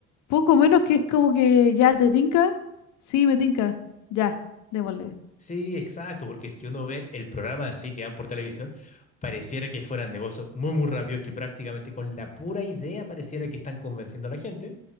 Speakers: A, on the left; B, on the left.
A: poco menos que es como que ya te tinca, sí, me tinca, ya, démosle.
B: Sí, exacto, porque es que uno ve el programa así que dan por televisión, pareciera que fueran negocios muy, muy rápidos, que prácticamente con la pura idea pareciera que están convenciendo a la gente,